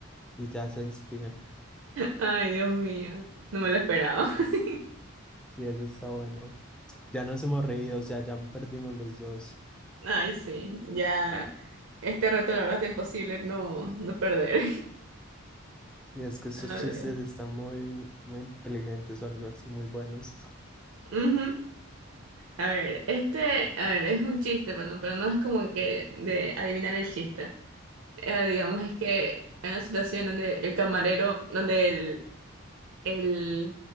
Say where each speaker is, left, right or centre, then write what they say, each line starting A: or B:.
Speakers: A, in the centre; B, on the right.
A: y ya se despiden.
B: Ay, Dios mío. No me lo esperaba.
A: Sí,
B: <laughs>
A: es- sí, eso está bueno. Ya nos hemos reído, o sea, ya perdimos los dos.
B: Ay, sí. Ya. Este reto, la verdad, está imposible no, no perder.
A: Sí, es que estos
B: <laughs> A
A: chistes
B: ver.
A: están muy, muy inteligentes o algo así, muy buenos.
B: ujú. A ver, este, a ver, es un chiste, bueno, pero no es como que de adivinar el chiste. eh, digamos, es que hay una situación donde el camarero, donde el, el